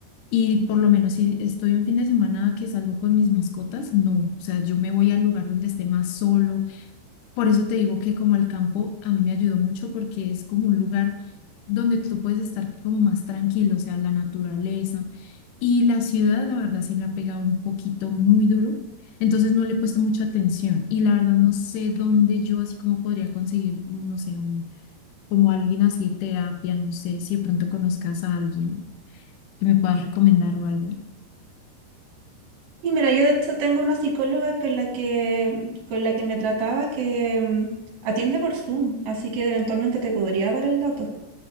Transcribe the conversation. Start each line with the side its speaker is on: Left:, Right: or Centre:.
Left: y por lo menos si estoy un fin de semana que salgo con mis mascotas, no, o sea, yo me voy al lugar donde esté más solo. Por eso te digo que como el campo a mí me ayudó mucho porque es como un lugar donde tú puedes estar como más tranquilo, o sea, la naturaleza. Y la ciudad, la verdad, sí me ha pegado un poquito muy duro. Entonces no le he puesto mucha atención. Y la verdad no sé dónde yo así como podría conseguir, un, no sé, un, como alguien así de terapia, no sé, si de pronto conozcas a alguien que me puedas recomendar o algo.
Right: Y mira, yo de hecho tengo una psicóloga con la que, con la que me trataba que mm, atiende por Zoom, así que eventualmente te podría dar el dato.